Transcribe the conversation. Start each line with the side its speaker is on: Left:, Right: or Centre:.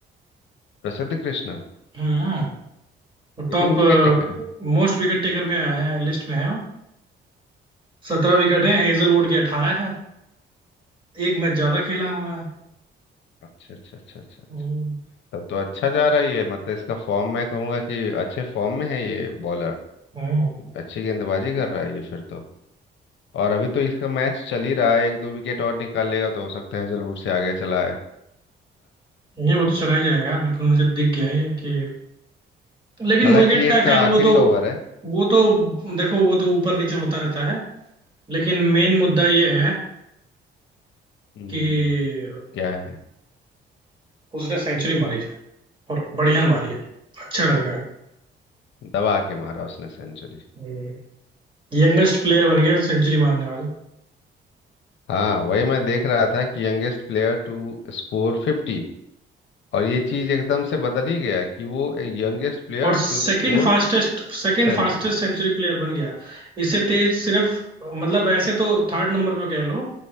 Left: Prasidh Krishna
Right: हम्म
Left: leading
Right: टॉप
Left: wicket taker है
Right: मोस्ट विकेट टेकर में आया है लिस्ट में है सत्रह विकेट है हेजलवुड के अठारह है एक मैच ज्यादा खेला हुआ है
Left: अच्छा अच्छा अच्छा अच्छा अच्छा
Right: हम्म,
Left: तब तो अच्छा जा रहा है ये मतलब इसका फॉर्म मैं कहूंगा कि अच्छे फॉर्म में है ये बॉलर
Right: हम्म।
Left: अच्छी गेंदबाजी कर रहा है ये फिर तो और अभी तो इसका मैच चल ही रहा है एक दो विकेट और निकाल लेगा तो हो सकता है हैजलवुड से आगे चला है
Right: ये वो तो चला ही जाएगा बिल्कुल मुझे दिख गया ये कि लेकिन
Left: हालांकि
Right: विकेट
Left: ये
Right: का
Left: इसका
Right: खैर
Left: आखिरी
Right: वो तो
Left: ओवर है
Right: वो तो देखो वो तो ऊपर नीचे होता रहता है लेकिन मेन मुद्दा ये है
Left: हम्म
Right: कि
Left: क्या है
Right: उसने सेंचुरी मारी और बढ़िया मारी है अच्छा लड़का
Left: दबा के मारा उसने सेंचुरी
Right: है यंगेस्ट प्लेयर बन गया सेंचुरी मारने वाला
Left: हाँ वही मैं देख रहा था कि youngest player to score fifty और ये चीज एकदम से बदल ही गया कि वो youngest player
Right: और second
Left: to score
Right: fastest second
Left: century
Right: fastest century player बन गया इससे तेज सिर्फ मतलब वैसे तो थर्ड नंबर पे कह लो